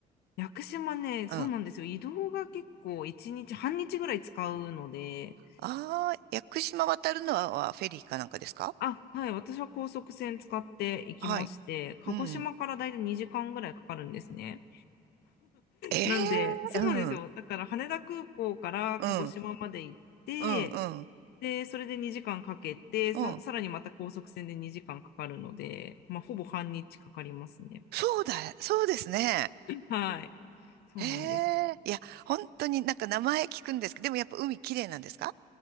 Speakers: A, on the left; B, on the right.
A: 屋久島ね、そうなんですよ。
B: うん。あ、
A: 移動が結構1日、半日ぐらい使うので、
B: ああ、屋久島渡るのは、はフェリーかなんかですか
A: あ、はい。私は高速船使って行きまして、
B: はい。
A: 鹿児島からだいたい2時間ぐらいかかるんですね。
B: うん。え
A: なんで、<laughs> そうなんですよ。
B: えうん。
A: だから羽田空港から鹿児島まで行って、
B: うん。うん。うん。
A: で、それで2時間かけて、
B: うん。
A: さ、さらにまた高速船で2時間かかるので、まあ、ほぼ半日かかりますね。
B: そうだ、そうですね。
A: はい。そうなんですよ。
B: へえ、いや、本当になんか名前聞くんですけど、でもやっぱ海綺麗なんですか